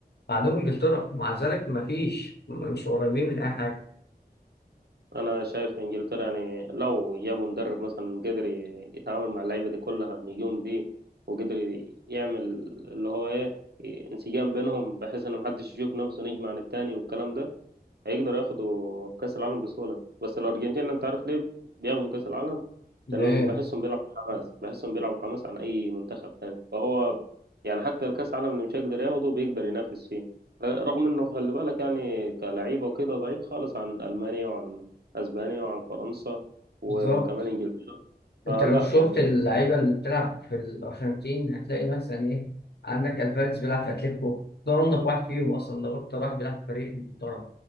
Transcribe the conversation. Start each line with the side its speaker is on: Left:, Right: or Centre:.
Left: بعدهم انجلترا مع ذلك مفيش مش قريبين من اي حاجه
Right: انا شايف انجلترا يعني لو جابوا مدرب مثلا قدر ي- يتعامل مع اللعيبة دي كلها النجوم دي وقدر يعمل اللي هو ايه انسجام بينهم بحيث ان محدش يشوف نفسه نجم عن التاني والكلام ده هيقدروا ياخدوا كأس العالم بسهولة بس الارجنتين انت عارف ليه بياخدوا كأس العالم
Left: ليه
Right: لانهم بحسهم بيلعبوا حماس بحسهم بيلعبوا حماس عن اي منتخب تاني فهو يعني حتى الكاس العالم اللي مش هيقدر ياخده بيقدر ينافس فيه ر- رغم انه خلي بالك يعني كلعيبه وكده ضعيف خالص عن المانيا وعن اسبانيا وعن فرنسا وكمان
Left: بالظبط
Right: انجلترا فلا
Left: انت لو شفت
Right: يعني
Left: اللعيبه اللي بتلعب في الارجنتين هتلاقي مثلا ايه عندك الفاريز بيلعب في اتلتيكو ده انضف واحد فيهم اصلا ده اكتر واحد بيلعب في فريق محترم